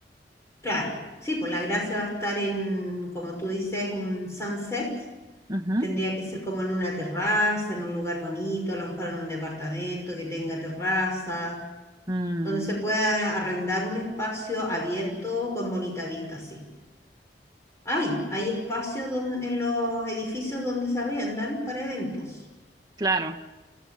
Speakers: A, on the left; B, on the right.
A: claro. Sí, pues la gracia va a estar en, como tú dices, un sunset.
B: Ujú.
A: Tendría que ser como en una terraza, en un lugar bonito, a lo mejor en un departamento que tenga terraza,
B: Mm,
A: donde se pueda arrendar un espacio abierto con bonita vista, sí. Hay, hay espacios don- en los edificios donde se arriendan para eventos.
B: claro.